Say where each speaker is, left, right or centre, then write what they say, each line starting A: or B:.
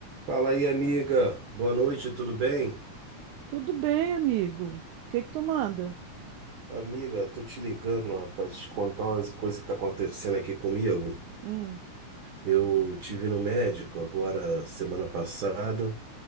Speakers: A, on the right; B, on the right.
A: Fala aí, amiga. Boa noite, tudo bem?
B: Tudo bem, amigo. O que que tu manda?
A: Amiga, tô te ligando, rapaz, te contar umas coisas que tá acontecendo aqui comigo.
B: Hum,
A: Eu tive no médico agora semana passada